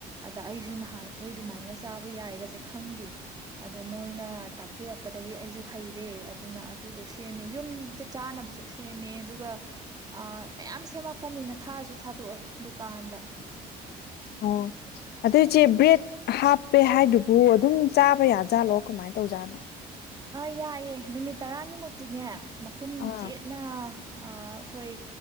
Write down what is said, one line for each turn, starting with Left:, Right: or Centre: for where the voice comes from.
Right: ꯑꯗ ꯑꯩꯁꯨ ꯅꯍꯥꯟꯈꯩ ꯑꯗꯨꯃꯥꯏꯒ ꯆꯥꯕ ꯌꯥꯔꯒꯁꯦ ꯈꯪꯗꯦ ꯑꯗꯣ ꯃꯣꯏꯅ ꯇꯥꯛꯄꯤꯔꯛꯄꯗꯒꯤ ꯑꯩꯁꯨ ꯍꯩꯔꯦ ꯑꯗꯨꯅ ꯑꯗꯨꯗꯣ ꯁꯦꯝꯃꯦ ꯌꯨꯝꯗ ꯆꯥꯅꯕꯁꯨ ꯁꯦꯝꯃꯦ ꯑꯗꯨꯒ ꯃꯌꯥꯝ ꯁꯦꯝꯃꯛꯄꯅꯤꯅ ꯊꯥꯁꯨ ꯊꯥꯗꯣꯛꯑꯦ ꯗꯨꯀꯥꯟꯗ
Left: ꯑꯣ ꯑꯗꯨꯏ ꯏꯆꯦ ꯕ꯭ꯔꯦꯗ ꯍꯥꯞꯄꯦ ꯍꯥꯏꯗꯨꯕꯨ ꯑꯗꯨꯝ ꯆꯥꯕ ꯌꯥꯖꯥꯠꯂꯣ ꯀꯃꯥꯏꯅ ꯇꯧꯖꯥꯠꯅꯣ
Right: ꯑꯥ ꯌꯥꯏꯑꯦ ꯅꯨꯃꯤꯠ ꯇꯔꯥꯅꯤꯃꯨꯛꯇꯤꯅꯦ ꯃꯈꯨꯝ
Left: ꯑꯥ
Right: ꯆꯦꯠꯅ ꯑꯩꯈꯣꯏ